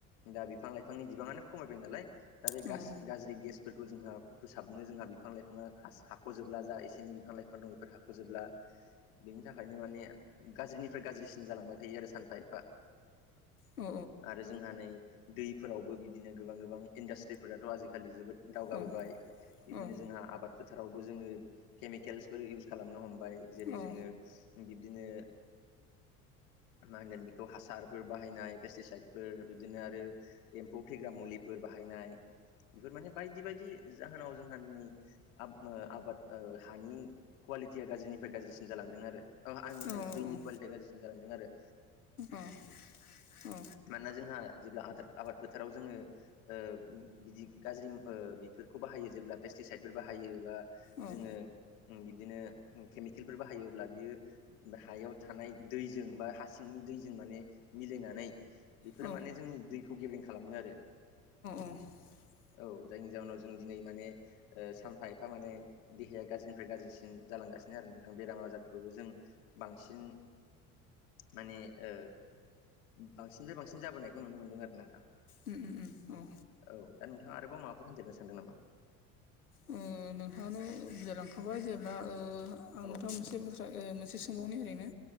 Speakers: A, on the left; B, on the left.
A: दा बिफां लाइफांनि बिबाङानो खमायबाय नालाय। दा बे
B: उम
A: गास-गाज्रि गेसफोरखौ जोंहा फोसाबनो जोंहा बिफां लाइफाङा हास-हाख'जोबब्ला जा एसे एनि बिफां लाइफां फां दं बेफोर हाख जोबला। बिनि थाखायनो माने गाज्रिनिफ्राय गाज्रिसिन जालांबाय थायो आरो सानफा एफा।
B: औ
A: आरो जोंहा नै दैफोरावबो बिदिनो गोबां गोबां इन्डासट्रिफोराथ' आजिखालि जोबोद दावगाबोबाय।
B: औ
A: बिदिनो
B: उम
A: जोंहा आबाद फोथारावबो जोङो केमिकेल्सफोर इउस खालामनो हमबाय जेरै
B: औ
A: जोङो। बिब्दिनो ओ-मा होनगोन बि खौ हासारफोर बाहायनाय पेस्टिसाइदफोर बिदिनो आरो। एम्फौ फेग्रा मुलिफोर बाहायनाय बेफोर माने बायदि बायदि जाहोनाव जोंहा दिनै आब-आबाद हानि कुवालिटिया गाज्रिनिफ्राय गाज्रिसिन जालांदों आरो आं
B: औ
A: दैनि
B: औ
A: कुवालिटिया गाज्रिसिन जालांदों आरो
B: अ औ
A: मानोना जोंहा जेब्ला आद-आबाद फोथाराव जोङो ओ बिदि गाज्रि ओ बेफोरखौ बाहायो जेब्ला पेस्टिसाइदफोर बाहायो बा
B: औ
A: जोङो बिदिनो केमिकेलफोर बाहायोब्ला बियो हायाव थानाय दैजों बा हा सिंनि दैजों माने मिलायनानै बेफोरो
B: औ
A: माने जोंनि दैखौ गेब्रेें खालामो आरो
B: <unintelligible>
A: औ जायनि जाहोनाव जों दिनै ओ माने सानफा एफा माने देहाया गाज्रिनिफ्राय गाज्रिसिन जालांगासिनो आरो नोंथां बेराम आजारफोरखौबो जों बांसिन माने ओ बांसिननिफ्राय बांसिन जाबोनायखौ नुनो मोनदों आरो ना नोंथां
B: उम उ औ
A: औ दा नोंथाङा आरोबाव माबाफोर होनजेरनो सानदों नामा
B: ओ नोंथाङानो बुजायलांखाबाय जेब्ला ओ आं
A: औ
B: नोंथाङा मोनसे बुस्थु ओ मोनसे सोंबावनि ओरैनो